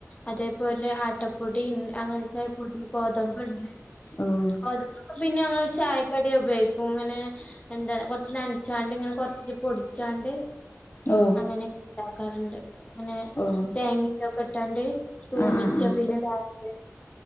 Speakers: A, on the left; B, on the left.
A: അതേപോലെ ആട്ടപ്പൊടി ഇൺ അങ്ങൻത്തെ പൊടി ഗോതമ്പം ഇണ്ട്
B: ആഹ്
A: ഗോതമ്പ്പൊടി പിന്നെ ഞങ്ങള് ചായക്കടി ഉപയോഗിക്കും ഇങ്ങനെ എന്താ കൊർച്ച് നൻ ചാണ്ട് ഇങ്ങനെ കൊർച്ച് പൊടിച്ചാണ്ട്
B: ഓ
A: അങ്ങനെയെക്കെ ഉണ്ടാക്കാറുണ്ട് ഇങ്ങനെ
B: ഓ
A: തേങ്ങിം ഇതൊക്കെ ഇട്ടാണ്ട് തൂമിച്ചാപിന്നെ
B: ആഹ് ആഹ്
A: ലാസ്റ്റ്